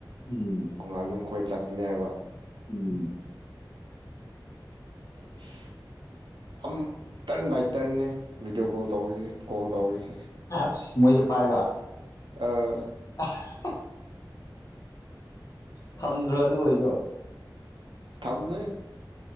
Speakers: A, on the left; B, on the right.
A: ꯎꯝ
B: ꯀꯣꯉꯥꯏꯖꯨꯝ ꯈꯣꯏ ꯆꯠꯄꯅꯦꯕ
A: ꯎꯝ
B: ꯑꯁ ꯑꯝ ꯇꯔꯟ ꯕꯥꯏ ꯇꯔꯟꯅꯦ ꯚꯤꯗꯤꯑꯣ ꯀꯣꯜ ꯇꯧꯔꯤꯖꯦ ꯀꯣꯜ ꯇꯧꯔꯤꯖꯦ
A: ꯑꯁ ꯃꯣꯏꯖꯨ ꯄꯥꯏꯕ?
B: ꯑꯥ
A: ꯑꯍꯝ ꯊꯝꯗ꯭ꯔꯣ ꯑꯗꯨꯑꯣꯏꯖꯨ?
B: ꯊꯝꯗꯦ꯫